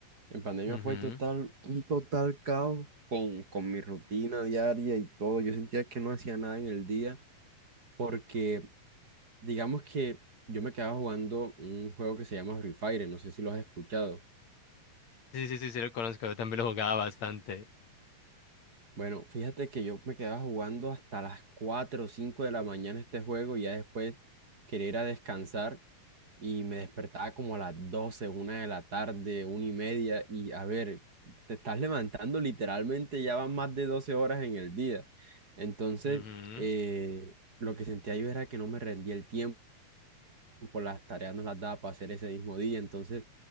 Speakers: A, on the right; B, on the left.
A: en pandemia
B: Ujú.
A: fue total, un total caos con, con mi rutina diaria y todo. Yo sentía que no hacía nada en el día porque, digamos que yo me quedaba jugando un juego que se llama Free Fire, no sé si lo has escuchado.
B: Sí, sí, sí, sí lo conozco. Yo también lo jugaba bastante.
A: Bueno, fíjate que yo me quedaba jugando hasta las 4 o 5 de la mañana este juego y ya después quería ir a descansar y me despertaba como a las 12 una de la tarde, una y media, y a ver, te estás levantando literalmente, ya van más de 12 horas en el día. Entonces,
B: Ujú,
A: eh, lo que sentía yo era que no me rendía el tiempo, las tareas no las daba para hacer ese mismo día, entonces